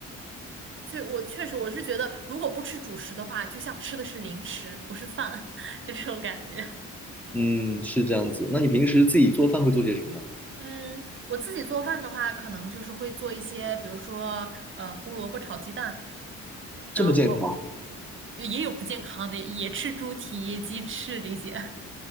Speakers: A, on the right; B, in the centre.
A: 确我确实我是觉得，如果不吃主食的话，就像吃的是零食，不是饭，<laughs> 就这种感觉。
B: 嗯，是这样子。那你平时自己做饭会做些什么呢？
A: <laughs> 嗯，我自己做饭的话，可能就是会做一些，比如说呃胡萝卜炒鸡蛋，
B: 这么健康？
A: 然后也有不健康的，也吃猪蹄、鸡翅这些。